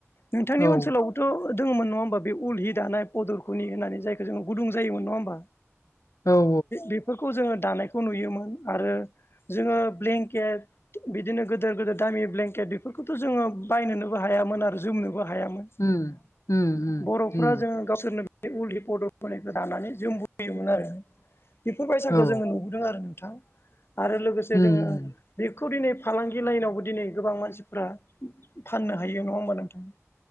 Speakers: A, on the left; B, on the left.
A: नोंथांनि
B: औ
A: ओनोलावबोथ' दङमोन नङा होमबा बे उल हि दानाय फदरखौनि होननानै जायखौ जोङो गुदुं जायोमोन नङा होमबा
B: औ
A: बे फोरखौ जोङो दानायखौ नुयोमोन आरो जोङो ब्लेंकेट बिदिनो गोदेर गोदेर दामि ब्लेंकेट बेफोरखौथ' जोङो बायनोनोबो हायामोन आरो जोमनोबो हायामोन
B: उम उम उम
A: बर'फ्रा
B: उम
A: जोङो गावसोरनो बे उल हि पदरखनायखौ दानानै जोमबोयोमोन आरो बेफोर बायसाखौ
B: औ
A: जोङो नुबोदों आरो नोंथां आरो लोगोसे
B: उम
A: जोङो
B: उम
A: बेखौ दिनै फालांगि लाइनावबो दिनै गोबां मानसिफ्रा फाननो हायो नङा होमबा नोंथां